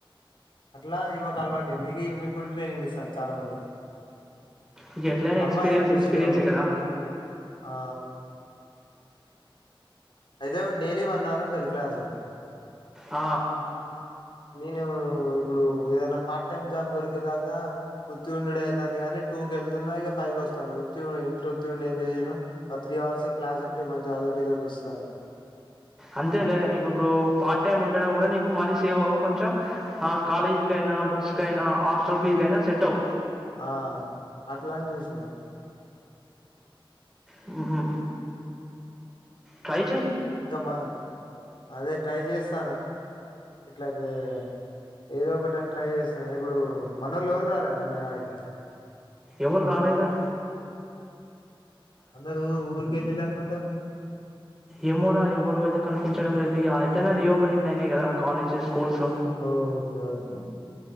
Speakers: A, on the left (about 65°); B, in the centre.
A: అట్లా ఈమేకు అలవాటుంది మే ఇప్పుడు ట్రైనింగ్ ఇస్తాం చాలా మందికి
B: ఇక ఎట్లయినా ఎక్స్పీరియన్స్
A: అమ్మాయే ముస్లిం
B: ఎక్స్పీరియన్సే
A: అమ్మాయి
B: కదా
A: ఆ అయితే డైలీ వన్ అవర్ ఉంటుది క్లాసు
B: ఆ
A: నేను ఇప్పుడు ఏదైనా పార్ట్ టైమ్ జాబ్ దొరికేదాకా వృత్తి ఉండు అవుతంది కాని టూ కి వెళ్తున్నా ఇక ఫైవ్ వస్తాను ఇట్ ఉతికి ఉండి ఎంజాయ్యను ఆ త్రీ అవర్స్ క్లాస్ ఉంటే మంచి అదోటిస్తారు
B: అంతేలే నీకు ఇప్పుడు పార్ట్ టైమ్ ఉంటేనా కూడా నీకు మనీ సేవ్ అవవు కొంచెం ఆ కాలేజీ కైనా బుక్స్ కైనా హాస్టల్ ఫీజ్ కయినా సెట్ అవ
A: ఆ అట్లాని చూసినా
B: ఆ ట్రైచ్
A: ఇంకామ్మా అదే ట్రై చేస్తాను ఇట్లాకి ఏదో ఒకటిని ట్రై చేస్తున్నా ఇప్పుడు మనోళ్లు రాలే అన్నయి ఆడికి
B: ఎవళ్లు రాలేడా
A: అందరు ఊరికి వెళ్ళళ్ళి అనుకుంటా
B: ఏమోరా ఎవరు అయితే కనిపించడం లేదు అయినా రీఓపెనింగ్ అయినాయి కదా కాలేజ్ స్కూల్స్
A: ఓ ఓకే ఓకే